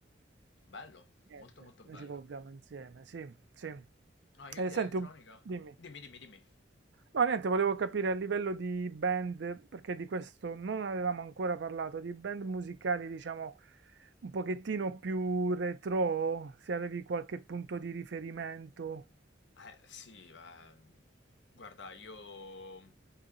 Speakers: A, on the left (about 75°); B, on the right (about 70°).
A: bello,
B: Niente,
A: molto molto
B: noi
A: bello.
B: ci volviamo insieme, sì, sì. E
A: Ah, io di
B: senti,
A: elettronica.
B: un- dimmi.
A: Dimmi, dimmi, dimmi.
B: No, niente, volevo capire a livello di band, perché di questo non avevamo ancora parlato, di band musicali, diciamo, un pochettino più retro, se avevi qualche punto di riferimento.
A: Eh sì, ma guarda, io